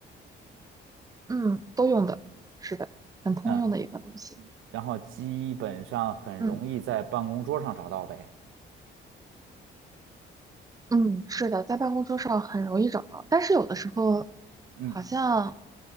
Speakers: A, on the right; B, on the right.
A: 嗯，都用的，是的，很通用的一个东西。
B: 嗯，然后基本上很容易在办公桌上找到呗。
A: 嗯嗯，是的，在办公桌上很容易找到，但是有的时候
B: 嗯
A: 好像